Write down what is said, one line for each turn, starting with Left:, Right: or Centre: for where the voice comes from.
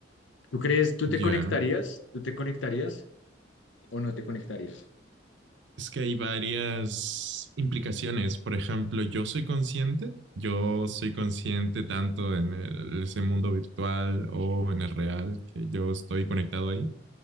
Left: ¿Tú crees, tú te
Right: Ya.
Left: conectarías? ¿Tú te conectarías o no te conectarías?
Right: Es que hay varias implicaciones. Por ejemplo, yo soy consciente. Yo soy consciente tanto en el- ese mundo virtual o en el real que yo estoy conectado ahí.